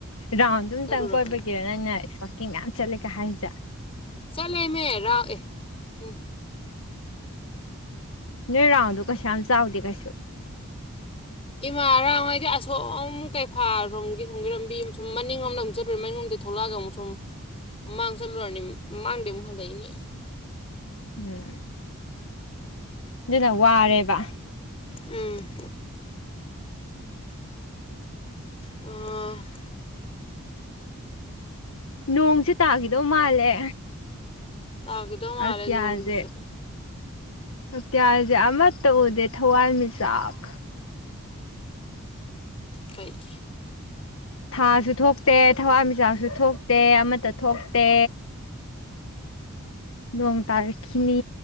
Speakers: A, on the left; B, on the left.
A: ꯔꯥꯎꯟꯗꯨꯝꯇꯪ
B: ꯆꯠꯂꯨꯔꯕꯅꯦ
A: ꯀꯣꯏꯕꯒꯤꯔ ꯅꯪꯪꯅ ꯋꯥꯛꯀꯤꯡ ꯃꯌꯥꯝ ꯆꯠꯂꯦꯒ ꯍꯥꯏꯔꯤꯁꯦ
B: ꯆꯠꯂꯦꯃꯦ ꯔꯥꯎꯟ ꯑꯦ ꯍꯝ
A: ꯅꯣꯏꯔꯥꯎꯟꯗꯣ ꯀꯩꯁꯨꯌꯥꯝ ꯆꯥꯎꯗꯦ ꯀꯩꯁꯨ
B: ꯏꯃꯥ ꯔꯥꯎꯟ ꯍꯥꯏꯗꯤ ꯑꯁꯣꯝ ꯀꯩꯐꯥ ꯔꯣꯝꯒꯤ ꯂꯝꯕꯤ ꯁꯨꯝ ꯃꯅꯤꯡꯂꯣꯝꯗ ꯑꯃꯨꯛ ꯆꯠꯂꯨꯔꯦ ꯃꯅꯤꯡꯂꯣꯝꯗ ꯊꯣꯛꯂꯛꯑꯒ ꯑꯃꯨꯛ ꯁꯨꯝ ꯃꯃꯥꯡ ꯆꯠꯂꯨꯔꯝꯅꯦ ꯃꯃꯥꯡꯗꯩ ꯑꯃꯨꯛ ꯍꯜꯂꯛꯏꯅꯦ
A: ꯎꯝ ꯑꯗꯨꯅ ꯋꯥꯔꯦꯕ
B: ꯎꯝ ꯑ <inaudible>
A: ꯅꯣꯡꯁꯦ ꯇꯥꯈꯤꯗꯧ ꯃꯥꯜꯂꯦ
B: ꯇꯥꯈꯤꯗꯧ ꯃꯥꯜꯂꯦ
A: ꯑꯇꯤꯌꯥꯁꯦ
B: ꯅꯣꯡꯗꯨꯁꯨ
A: ꯑꯇꯤꯌꯥꯁꯦ ꯑꯃꯠꯇ ꯎꯗꯦ ꯊꯋꯥꯟꯃꯤꯆꯥꯛ
B: ꯀꯥꯏꯒꯤ
A: ꯊꯥꯁꯨ ꯊꯣꯛꯇꯦ ꯊꯋꯥꯟꯃꯤꯆꯥꯛꯁꯨ ꯊꯣꯛꯇꯦ ꯑꯃꯠꯇ ꯊꯣꯛꯇꯦ ꯅꯣꯡ ꯇꯥꯔꯛꯈꯤꯅꯤ